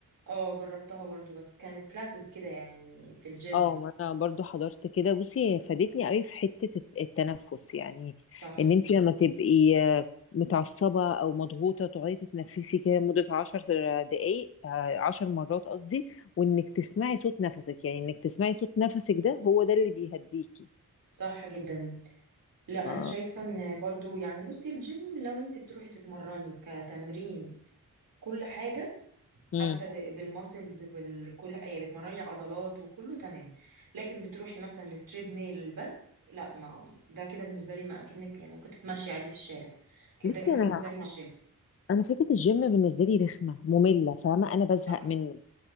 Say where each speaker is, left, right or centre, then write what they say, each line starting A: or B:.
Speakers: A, on the right; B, on the left.
A: اه جربتها برضو بس كانت كلاسز كده يعني في الجيم
B: اه ما انا برضو حضرت كده بصي هي فادتني قوي في حتة الت- التنفس يعني
A: صح
B: ان انت لما تبقي آه، متعصبة او مضغوطة تقعدي تتنفسي كده لمدة عشر دقايق آه، عشر مرات قصدي وانك تسمعي صوت نفسك يعني انك تسمعي صوت نفسك ده هو ده اللي بيهديكي
A: صح جدا لا
B: ف...
A: انا شايفة ان برضو يعني بصي الجيم لو انت بتروحي تتمرني كتمرين كل حاجة
B: مم.
A: حتى ب- بالماسلز بكل حاجة يعني بتمرني العضلات وكله تمام لكن بتروحي مثلا للتريد ميل بس لا ما ده كده بالنسبة لي ما اكنك يعني ممكن تتمشي عادي في الشارع لكن
B: بصي
A: ده كده
B: انا
A: بالنسبة لي مش جيم
B: انا فكرة الجيم بالنسبة لي رخمة مملة فاهمة انا بزهق
A: صح
B: منه